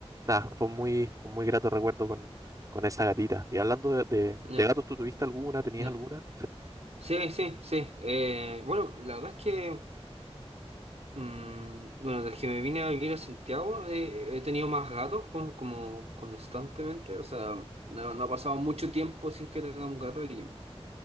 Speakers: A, on the right; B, on the right.
A: nada, fue muy, fue muy grato recuerdo con, con esa gatita. Y hablando de, de-
B: ya,
A: de gatos, ¿tú tuviste alguna? ¿Tenías
B: ya.
A: alguna?
B: Sí, sí, sí. Eh, bueno, la verdad es que, mm, bueno, desde que me vine a vivir a Santiago eh, he tenido más gatos con- como constantemente. O sea, no, no ha pasado mucho tiempo sin que tenga un gato y